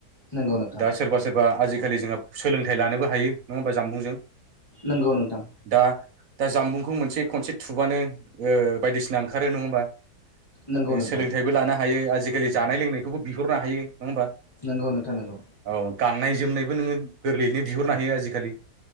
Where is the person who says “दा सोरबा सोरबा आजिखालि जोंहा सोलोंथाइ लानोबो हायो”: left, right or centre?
Right